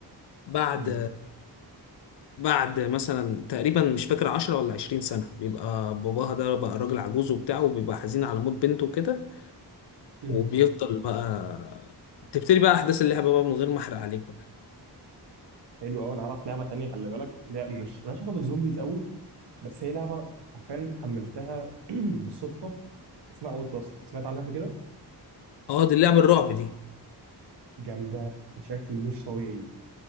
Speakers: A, on the left (about 75°); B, on the right (about 75°).
A: بعد
B: امم
A: بعد مثلا تقريبا مش فاكر 10 ولا 20 سنه بيبقى باباها ده بقى راجل عجوز وبتاع وبيبقى حزين على موت بنته وكده
B: امم
A: وبيفضل بقى بتبتدي بقى احداث اللعبه بقى من غير ما احرق عليك بقى
B: حلو قوي انا اعرف لعبه تانية خلي بالك لا مش مالهاش علاقه بالزومبيز قوي بس هي لعبه عارفين حملتها <clears throat> بالصدفه اسمها اوت لاست سمعت عنها قبل كده
A: اه دي اللعبه الرعب دي
B: جامده بشكل مش طبيعي